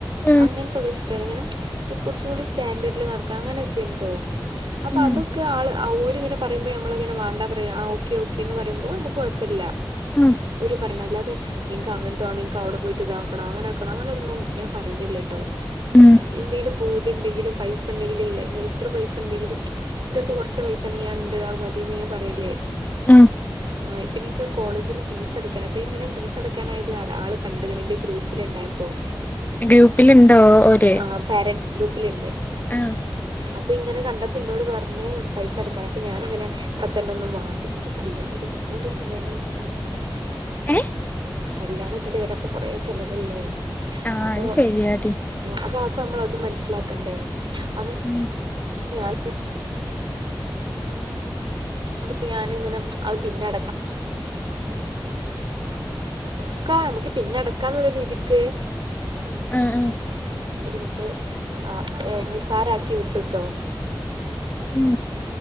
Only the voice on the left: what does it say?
ഉം
ഉം
ഉം
ഉം
ഉം..
ഗ്രൂപ്പിലുണ്ടോ ഓര്
ആ
ഏ
ആ
അത് ശരിയാടി
ഉം
ഉം ഉം
ഉം